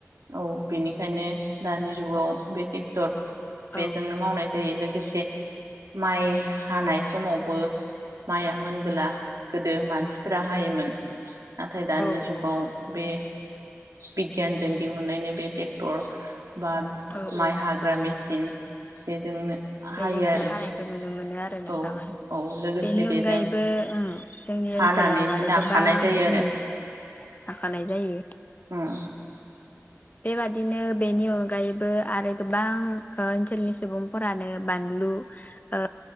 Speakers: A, on the right; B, on the left.
A: औ बेनिखायनो दानि जुगाव बे टेकटर बेजोंनो
B: औ
A: मावनाय <unintelligible> लोगोसे माइ हानाय समावबो माइआ मोनबोला गोदो मानसिफोरा हायोमोन। नाथाय दानि
B: औ
A: जुगाव
B: औ
A: बे बिगियानजों दिहुननायनि बे टेकटर बा
B: औ
A: माइ
B: औ
A: हाग्रा मेचिन बेजोंनो हायो
B: बेजोंसो
A: आरो
B: हनाय <unintelligible> <unintelligible>
A: औ औ लोगोसे
B: बेनि अनगायैबो
A: बेजों
B: जोंनि ओ
A: हानानैनो
B: ओनसोलाव आरो
A: नाखानाय
B: गोबां
A: जायो
B: उम
A: आरो
B: थाखानाय जायो।
A: उम।
B: बेबादिनो बेनि अनगायैबो आरो गोबां ओ ओनसोलनि सुबुंफोरानो बानलु ओ